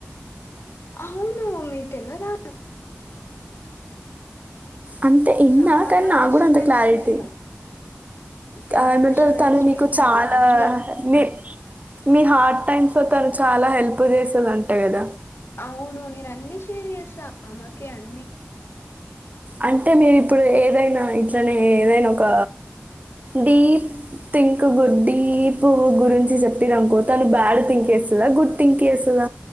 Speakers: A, on the left; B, on the right.
A: అవును మీకు తెలవదా
B: అంతె ఇన్న
A: చానా
B: కన్స నాక్కూడా
A: బెస్ట్
B: అంత
A: ఫ్రెండ్స్
B: క్యారెట్
A: మేము చాలా
B: ఆ నుతు
A: బెస్ట్ ఫ్రెండ్స్
B: తను నీకు
A: మేము
B: చాలా
A: అన్ని
B: నె మీ హార్ట్ టైమ్స్ లొ తను చాల హెల్ప్ చేసెదంట గద
A: అవును నేను అన్ని షేర్ జేస్త అమ్మకి అన్ని
B: అంటె మీరు ఇప్పుడు యేదైన ఇట్లనే యేదైన ఒక డీప్ థింక్ గుడ్డీపు గురించి జెప్పినాం కొతను బ్యాడ్ థింక్ యేస్తద గుడ్ థింక్ యేస్తద